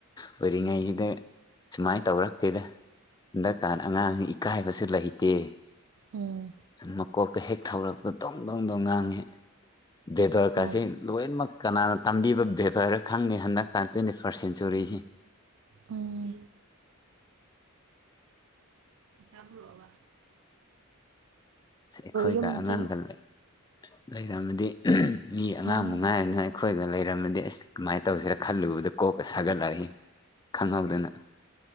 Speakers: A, on the left; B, on the right.
A: ꯑꯣꯏꯔꯤꯉꯩꯁꯤꯗ ꯁꯨꯃꯥꯏꯅ ꯇꯧꯔꯛꯇꯦꯗ ꯍꯟꯗꯛꯀꯥꯟ ꯑꯉꯥꯡ ꯏꯀꯥꯏꯕꯁꯨ ꯂꯩꯇꯦ
B: ꯑꯣꯝ
A: ꯃꯀꯣꯛꯇ ꯍꯦꯛ ꯊꯧꯔꯛꯄꯗ ꯇꯣꯡ ꯇꯧꯗꯧ ꯉꯥꯡꯉꯤ ꯗꯦꯕꯔ
B: ꯍꯣꯏ
A: ꯀꯥꯥꯁ ꯂꯣꯏꯅꯃꯛ ꯀꯅꯥꯅ ꯇꯝꯕꯤꯕ ꯕꯦꯕꯔ ꯈꯪꯗꯦ ꯍꯟꯗꯛꯀ ꯇ꯭ꯋꯦꯟꯇꯤ ꯐꯥꯔꯁꯠ ꯁꯦꯟꯆꯨꯔꯤꯁꯤꯦ
B: ꯑꯥ ꯌꯥꯝ꯭ꯔꯣꯕ
A: ꯑꯩꯈꯣꯏꯒ
B: ꯌꯨꯝꯗꯤ
A: ꯑꯉꯥꯡꯒ ꯂꯩ ꯂꯩꯔꯝꯃꯗꯤ ꯃꯤ ꯑꯉꯥꯡꯕ
B: ꯎꯝ
A: ꯉꯥꯏꯔ‌ꯦꯅ‌ꯦ ꯑꯩꯈꯣꯏꯒ ꯂꯩꯔꯝꯃꯗꯤ ꯑꯁ ꯀꯃꯥꯏꯅ ꯇꯧꯁꯤꯔꯥ ꯈꯜꯂꯨꯕꯗ ꯀꯣꯛꯀ ꯁꯥꯒꯠꯂꯛꯏ ꯈꯪꯍꯧꯗꯅ